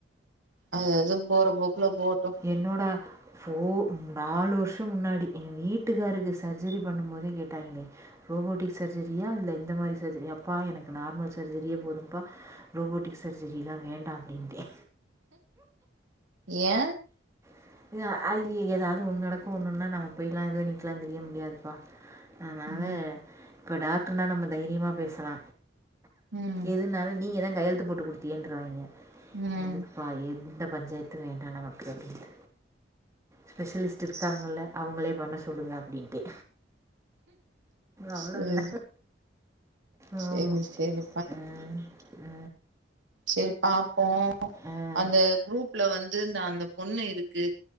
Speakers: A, on the right; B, on the right.
A: அது அது போற பொக்குல போட்டு
B: என்னோட ஃபோ நாலு வர்ஷோ முன்னாடி எங்க வீட்டுக்காருக்கு சர்ஜரி பண்ணும்போதே கேட்டாய்ங்களே ரோபோட்டிக் சர்ஜரியா இல்ல இந்த மாரி சர்ஜரி அப்பா எனக்கு நார்மல் சர்ஜரியே போதும்ப்பா ரோபோட்டிக் சர்ஜரிலா வேண்டா அப்டின்டே
A: ஏ
B: <inaudible> ஐய எதாது ஒன்னு நடக்கு ஒன்னு ஒன்னா நம்ம போய்ல்லா இது பண்ணிக்குட்லா எந்திரிக்க முடியாதுப்பா அதனால
A: ம்
B: இப்ப டாக்டர்னா நம்ம தைரியமா பேசலா
A: ம்
B: எதுனாலு நீங்கதா கையெழுத்து போட்டு குடுத்தீங்கன்றுவய்ங்க
A: ம்
B: இதுக் பா எந்த பஞ்சாயத்து வேண்டா நமக்கு அப்டின்ட்டு ஸ்பெஷலிஸ்ட் இருக்காங்கல்ல அவுங்களே பண்ண சொல்லுங்க அப்டின்ட்டே அவ்ளோதா
A: சேரி
B: ஆமா
A: சேரி சேரி
B: ம் ஆ
A: செரி பாப்போ
B: ம்
A: அந்த குரூப்ல வந்து இந்த அந்த பொண்ணு இருக்கு